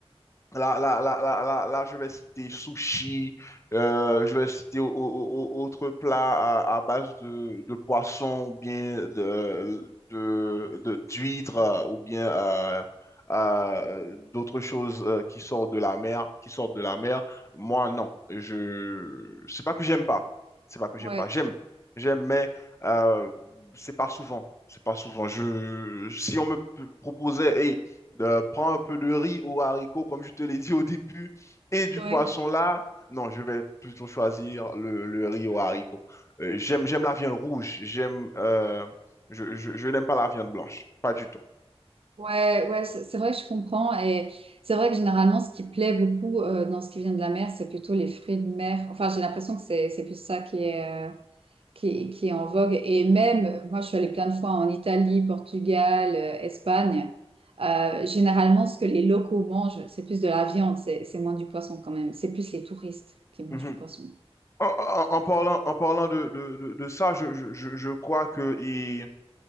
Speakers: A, on the left (about 25°); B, on the right (about 60°).
A: Là, là, là, là, là, là, je vais citer sushi, euh, je vais citer au- au- au- au- autres plats à, à base de, de poisson ou bien de, de, de- d'huîtres euh, ou bien euh, euh, d'autres choses euh, qui sortent de la mer, qui sortent de la mer. Moi, non, je, c'est pas que j'aime pas, c'est pas que
B: Ouais,
A: j'aime pas, j'aime, j'aime, mais euh, c'est pas souvent, c'est pas souvent. Je, si on me p- proposait, hey, de- prends un peu de riz ou haricots, comme je te l'ai dit au début, et du
B: ouais,
A: poisson là. Non, je vais plutôt choisir le, le riz aux haricots. Euh, j'aime, j'aime la viande rouge. J'aime euh, je, je- je n'aime pas la viande blanche, pas du tout.
B: ouais, ouais, c'est c'est vrai que je comprends. Et c'est vrai que généralement, ce qui plaît beaucoup euh, dans ce qui vient de la mer, c'est plutôt les fruits de mer. Enfin, j'ai l'impression que c'est c'est plus ça qui est... euh, qui, est qui est en vogue. Et même, moi, je suis allée plein de fois en Italie, Portugal, euh, Espagne. Euh, généralement, ce que les locaux mangent, c'est plus de la viande, c'est c'est moins du poisson quand même. C'est plus les touristes qui mangent
A: Mhm.
B: du poisson.
A: En, en- en parlant, en parlant de, de- de- de ça, je, je- je- je crois que et